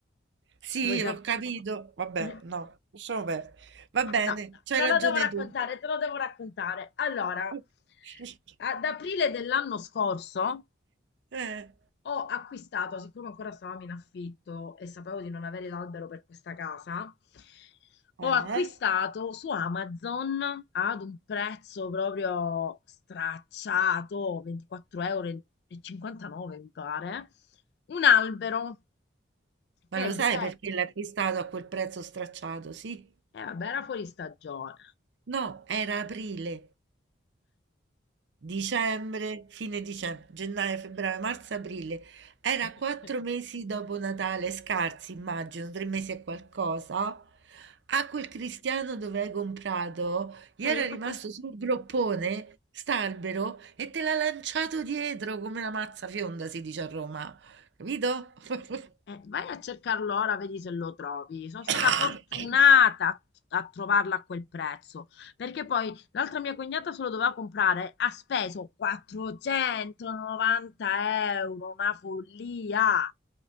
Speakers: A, on the right; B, on the left.
A: sì,
B: Vuoi sapere?
A: ho capito. Vabbè,
B: <laughs>
A: no, lasciamo perdere. Va bene,
B: No, no,
A: c'hai
B: te
A: ragione
B: lo devo raccontare,
A: tu.
B: te lo devo raccontare. Allora,
A: <laughs>
B: ad aprile dell'anno scorso
A: Eh,
B: ho acquistato, siccome ancora stavamo in affitto e sapevo di non avere l'albero per questa casa,
A: eh?
B: ho acquistato su Amazon ad un prezzo proprio stracciato, 24,59 euro mi pare, un albero che
A: Ma lo sai
B: dove...
A: perché l'hai acquistato a quel prezzo stracciato, sì?
B: Eh vabbè, era fuori stagione.
A: No, era aprile. Dicembre, fine dicembre, gennaio, febbraio, marzo, aprile. Era
B: <laughs>
A: quattro mesi dopo Natale, scarsi, immagino, tre mesi e qualcosa. A quel cristiano dove hai comprato, gli
B: Eh,
A: era
B: io ho
A: rimasto
B: fatto un po'.
A: sul groppone, st'albero, e te l'ha lanciato dietro come una mazza fionda, si dice a Roma. Capito? <coughs>
B: Eh, vai a cercarlo ora, vedi se lo trovi. Sono stata
A: <laughs>
B: fortunata a a trovarla a quel prezzo, perché poi l'altra mia cognata se lo doveva comprare, ha speso 490 euro, una follia.